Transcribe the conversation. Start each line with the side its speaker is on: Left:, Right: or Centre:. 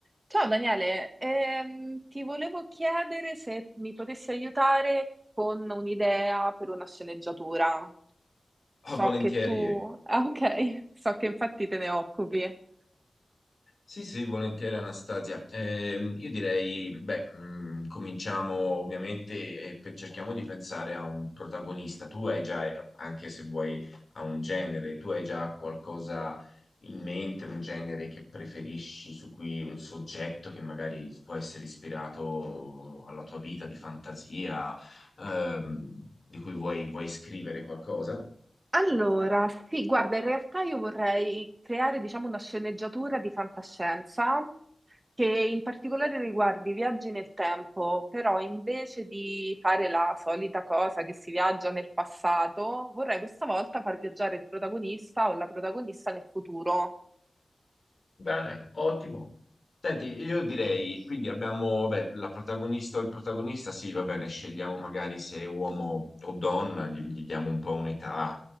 Right: Ciao Daniele, ehm, ti volevo chiedere se mi potessi aiutare con un'idea per una sceneggiatura. So
Left: Ah, volentieri.
Right: che tu... <laughs> Ah, ok, so che infatti te ne occupi.
Left: Sì, sì, volentieri Anastasia. Ehm, io direi, beh, mh, cominciamo ovviamente e pe- cerchiamo di pensare a un protagonista. Tu hai già, anche se vuoi, a un genere, tu hai già qualcosa in mente, un genere che preferisci, su cui un soggetto che magari può essere ispirato alla tua vita di fantasia, ehm, di cui vuoi, vuoi scrivere qualcosa?
Right: Allora, sì, guarda, in realtà io vorrei creare, diciamo, una sceneggiatura di fantascienza che in particolare riguardi i viaggi nel tempo, però invece di fare la solita cosa che si viaggia nel passato, vorrei questa volta far viaggiare il protagonista o la protagonista nel futuro.
Left: Bene, ottimo. Senti, io direi, quindi abbiamo, vabbè, la protagonista o il protagonista, sì, va bene, scegliamo magari se è uomo o donna, gli, gli diamo un po' un'età